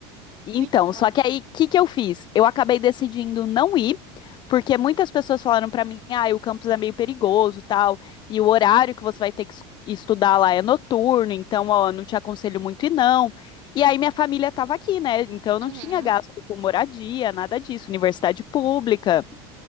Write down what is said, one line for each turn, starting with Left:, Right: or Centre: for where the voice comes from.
Left: Então,
Right: Muito bom.
Left: só que aí, o que que eu fiz? Eu acabei decidindo não ir, porque muitas pessoas falaram pra mim, ah, o campus é meio perigoso, tal, e o horário que você vai ter que es- estudar lá é noturno, então, ó, não te aconselho muito ir não. E aí minha família tava aqui, né? Então eu não
Right: Uhum,
Left: tinha gasto com moradia, nada disso, universidade pública.